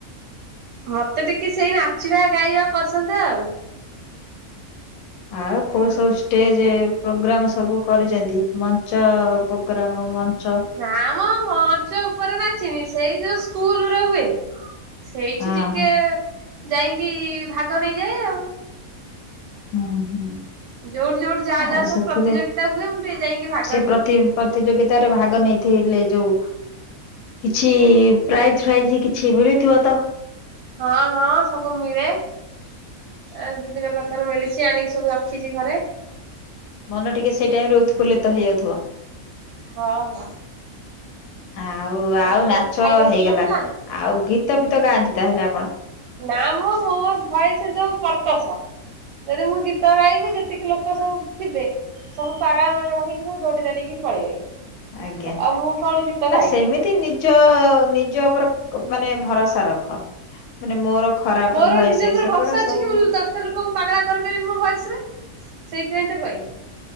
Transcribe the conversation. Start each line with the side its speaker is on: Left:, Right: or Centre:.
Right: ମୋତେ ଟିକେ ସେଇ ନାଚିବା ଗାଇବା ପସନ୍ଦ ଆଉ।
Left: ଆଉ କୋଉ ସବୁ ଷ୍ଟେଜେ ପ୍ରୋଗ୍ରାମ୍ ସବୁ କରିଚନ୍ତି? ମଞ୍ଚ ପ୍ରୋଗ୍ରାମ ମଞ୍ଚ
Right: ନାମ ମଞ୍ଚ ଉପରେ ନା ଚିନି ସେଇ ଯୋଉ ସ୍କୁଲ୍ ରେ ହୁଏନି ସେଇଠି
Left: ହଁ
Right: ଟିକେ
Left: ହଁ
Right: ଯାଇକି ଭାଗ ନେଇଯାଏ, ଆଉ
Left: ହୁଁ, ହୁଁ।
Right: ଯୋଉଠି ଯୋଉଠି ଯାହା
Left: ଆଉ
Right: ଯାହା
Left: ସେଥିରେ
Right: ସବୁ ପ୍ରତିଯୋଗିତା ହୁଏ ମୁଁ ଟିକେ ଯାଇକି ଭାଗ
Left: ସେ
Right: ନିଏ।
Left: ପ୍ରତି ପ୍ରତିଯୋଗିତାରେ ଭାଗ ନେଇଥିଲେ। ଯୋଉ କିଛି ପ୍ରାଇଜ୍ ଫ୍ରାଇଜ କିଛି ମିଳୁଥିବ ତ?
Right: ହଁ ହଁ ସବୁ ମିଳେ ଏ ବିଭିନ୍ନ ପ୍ରକାର ମିଳିଚି, ଆଣିକି ସବୁ ରଖିଚି ଘରେ।
Left: ମନ ଟିକେ ସେଇ ଟାଇମ୍ ରେ ଉତଫୁଲ୍ଲ ତ ହେଇ ଯାଉଥିବ।
Right: ହଁ ହଁ
Left: ଆଉ ଆଉ
Right: ତମର
Left: ନାଚ
Right: ଖାଇବା ପିଇବା
Left: ହେଇଗଲା,
Right: ହେଲାଣି?
Left: ଆଉ ଗୀତ ଫିତ ଗାଆନ୍ତି? ତାହେଲେ ଆପଣ
Right: ନା ମ ମୋ ଭଏସ୍ ଯୋଉ କର୍କସ, ଯଦି ମୁଁ ଗୀତ ଗାଇବି ଯେତିକି ଲୋକ ସବୁ ଥିବେ ସବୁ ପାଗଳା ମାଗଳା ହେଇକି ସବୁ ଦୋଡି ଦାଡିକି ପଳେଇବେ।
Left: ଆଜ୍ଞା
Right: ଆଉ ମୁଁ କଣ ଗୀତ
Left: ନା
Right: ଗାଇବି।
Left: ସେମିତି ନିଜ ନି ଜ ଉପର କ-ମାନେ ଭରସା ରଖ। ମାନେ ମୋର ଖରାପ
Right: ମୋର
Left: ଭଏସ
Right: ନିଜ ଉପରେ
Left: ସେଗୁଡା
Right: ଭରସା ଅଛି
Left: ସବୁ
Right: କି ମୁଁ ଦଶଟା ଲୋକଙ୍କୁ ପାଗଳା କରିପାରିବି ମୋ ଭଏସ୍ ରେ। ସେଇଥିପାଇଁ ତ କଇନି।